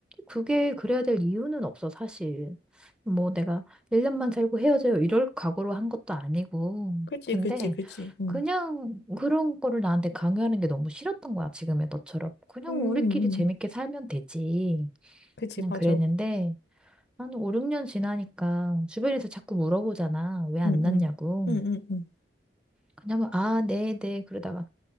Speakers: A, in the centre; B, on the left (about 60°).
A: 그게 그래야 될 이유는 없어, 사실. 뭐 내가 1년만 살고 헤어져요 이럴 각오로 한 것도 아니고.
B: 그지
A: 근데
B: 그지 그지. 음.
A: 그냥 그런 거를 나한테 강요하는 게 너무 싫었던 거야, 지금의 너처럼. 그냥
B: 음.
A: 우리끼리
B: 음.
A: 재밌게 살면 되지.
B: 그지
A: 그냥
B: 맞아.
A: 그랬는데 한 5, 6년 지나니까 주변에서 자꾸 물어보잖아. 왜 안
B: 응응
A: 났냐고.
B: 응응응
A: 그냥 뭐, 아, 네, 네. 그러다가